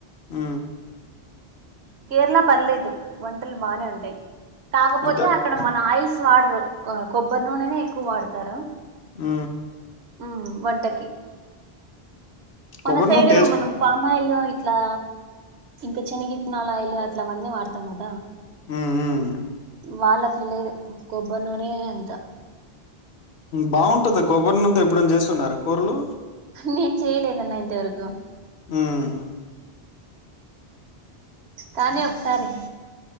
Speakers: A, on the left; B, on the right.
A: ఆ
B: కేరళ పర్లేదు వంటలు బాగానే ఉంటాయి కాకపోతే
A: అంటే అక్
B: అక్కడ మన ఆయిల్స్ వాడరు కొబ్బరి నూననే ఎక్కువ వాడతారు
A: అ
B: ఉ వంటకి మన
A: కొబ్బరి
B: సైడ్
A: నూనె టేస్ట్
B: మనం
A: ఉంటుంది.
B: పామా ఆయిల్ ఇట్లా ఇంకా శనగిట్నాల ఆయిలు అట్లా అన్నీ వాడతాం కదా
A: హ్మ్. హ్మ్.
B: వాళ్ళట్ల లేదు కొబ్బరి నూనే అంత
A: బాగుంటదా కొబ్బరి నూనెతో ఎప్పుడనా చేస్తున్నార కూరలు
B: నేను చేయలేదన్న ఇంతవరకు
A: హ్మ్.
B: కానీ ఒకసారి